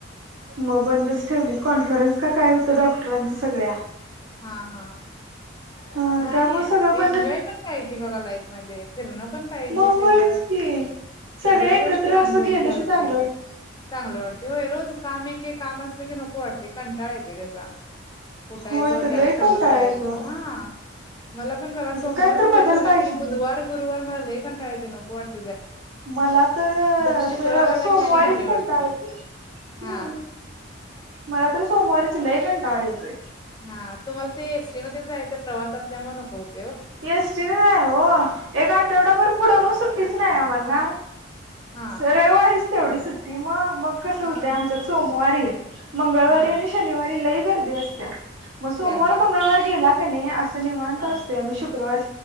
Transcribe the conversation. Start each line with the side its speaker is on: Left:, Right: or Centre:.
Right: मग बंदच ठेवली. कॉन्फरन्स का काय होतं डॉक्टरांनच सगळ्या
Left: हा हा
Right: हा
Left: नाही.
Right: त्यामुळे सगळं बंद
Left: एन्जॉय पण घ्यायची बघा लाईफ मध्ये फिरणं. पण पाहिजे.
Right: मग
Left: तेवढंच
Right: होयच की सगळे
Left: सगळ्या
Right: एकत्र
Left: गोष्टी अनुभवून
Right: असं गेलं
Left: घ्यायला
Right: की चांगलं
Left: पाहिजे.
Right: वाटत
Left: चांगलं वाटतंय होय रोज काम एके काम असलं की नको वाटतंय कंटाळ येतो त्याचा उठायचं
Right: होय तर लय
Left: त्याच कामाला
Right: कंटाळा
Left: जायचं
Right: येतो
Left: हा मला पण बघा सोमवार
Right: काय
Left: मंगळवार
Right: तर बदल
Left: झाला
Right: पाहिजे
Left: की बुधवार गुरुवार मला लई कंटाळा येतोय नको वाटतय
Right: मला तर
Left: शुक्रवार
Right: जरा
Left: आला
Right: सोमवारीच
Left: की आणि भारी वाटते
Right: कंटाळा येतोय
Left: हा
Right: हम्म मला तर सोमवारीच लय कंटाळा येतोय
Left: हा तुम्हाला ते एसटी मधून जायचं प्रवास असल्यामुळे नको होतं
Right: एसटीने नाही हो एक आठवडाभर पुढं मग सुट्टीच नाही आम्हाला
Left: हा
Right: रविवारीच तेवढी सुट्टी मग मग कसं
Left: हा
Right: होतंय आमच्यात सोमवारी मंगळवारी
Left: हा
Right: आणि शनिवारी लई गर्दी असत्या मग सोमवार
Left: लॅबला
Right: मंगळवार गेला कणी अस निवांत
Left: हा
Right: असतंय आम्ही शुक्रवार